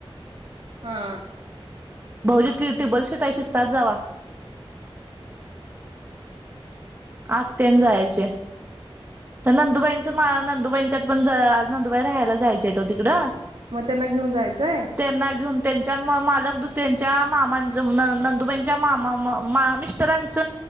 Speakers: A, on the right; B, on the right.
A: हा.
B: भाऊजी ती टीबल शीट हाय शिस्तात जावा. आत्या आणि जायची हाय. तर नंदुबाईंचं मा नंदुबाईंच्यात पण आज नंदुबाई राहायला जायच्या हायत वो तिकडं.
A: मग त्यांना घेऊन जायचंय?
B: त्यांना घेऊन त्यांच्या मालक दुस त्यांच्या मामांच नंदुबाईच्या मामा मिस्टरांच